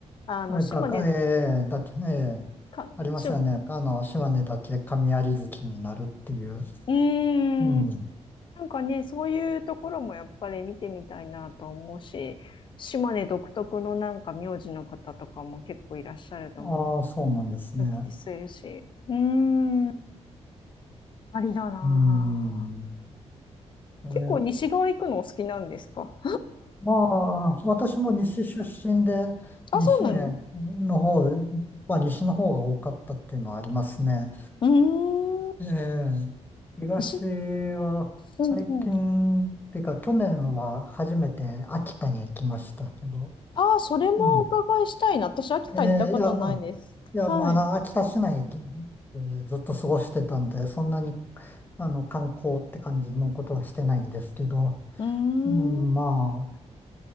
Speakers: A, on the left; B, on the left.
A: あの、
B: え、
A: 島根、
B: が、ええ、だけ、ええ、
A: か、
B: ありますよね。
A: し、う
B: あの、島根だけ神有月になるっていう。
A: ーん、
B: うん。
A: なんかね、そういうところもやっぱり見てみたいなと思うし、島根独特のなんか名字の方とかも結構いらっしゃると思
B: ああ、そうなんですね。
A: う。お聞きするし。うーん、ありだなあ。
B: うん。ええ、
A: 結構西側行くのお好きなんですか
B: まあ、私も西出身で、
A: あ、
B: 西
A: そうなんね。
B: の方、まあ、西の方が多かったっていうのはありますね。
A: うー
B: ええ、東
A: ん。し、
B: は最近、
A: うんうん。
B: っていうか去年は初めて秋田に行きましたけど、
A: ああ、それもお伺いしたいな。
B: うん。
A: 私、秋田行ったことないです。
B: ええいや、まあ、いや、
A: はい。
B: まあ、あの、秋田市内でずっと過ごしてたんで、そんなに、あの、観光って感じのことはしてないんですけど、
A: うーん。
B: うん、まあ、